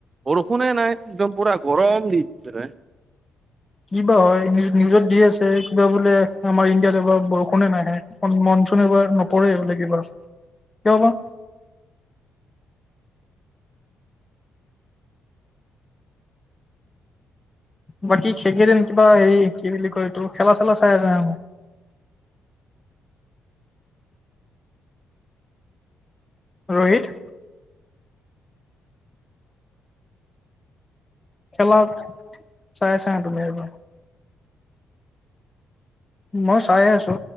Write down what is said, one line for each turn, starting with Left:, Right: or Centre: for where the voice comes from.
Right: বৰষুণে নাই। একদম পূৰা গৰম দি দিছে।
Left: কিবা হয় নিউজত দি আছে কিবা বোলে আমাৰ ইণ্ডিয়াত এবাৰ বৰষুনে নাহে মন চোন এবাৰ নপৰে বোলে কিবা কিয় বা। বাকী খেকেইদিন কিবা হেৰি কি বুলি কয় এইটো খেলা চেলা চাই আছে। ৰোহিত। খেলা চাই চা তুমি একব মই চাই আছো।